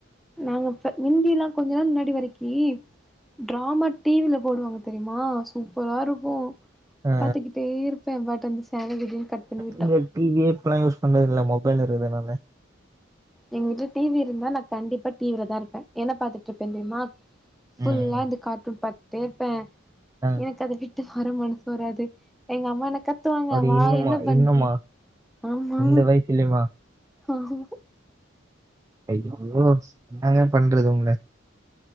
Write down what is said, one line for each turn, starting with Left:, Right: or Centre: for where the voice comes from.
Centre: நாங்க ஃப முந்தில்லா முன்னாடி வரைக்கி டிராமா டிவில போடுவாங்க தெரியுமா சூப்பரா இருக்கு
Right: ஆ
Centre: பாத்துக்கிட்டே இருப்பே பட் அந்த சேனல் <unintelligible> விட்டா
Right: இங்க டிவியே இப்பல்லா யூஸ் பண்றது இல்ல மொபைல் இருக்குதுனால
Centre: எங்க வீட்ல டிவி இருந்தா நா கண்டிப்பா டிவில தா இருப்பே என்ன பாத்துட்டு இருப்பே தெரியுமா ஃபுல்லா
Right: ம்
Centre: இந்த கார்ட்டூன் பாத்துட்டே இருப்பே
Right: ஆ
Centre: எனக்கு அத விட்டு வர மனசு வராது எங்க அம்மா என்னக் கத்துவாங்க
Right: அப்டி
Centre: வா
Right: இன்னுமா
Centre: என்ன பண்ற
Right: இன்னுமா
Centre: ஆமா
Right: இந்த வயசுலயுமா
Centre: ஆமா
Right: ஐயயோ என்னங்க பண்றது உங்கள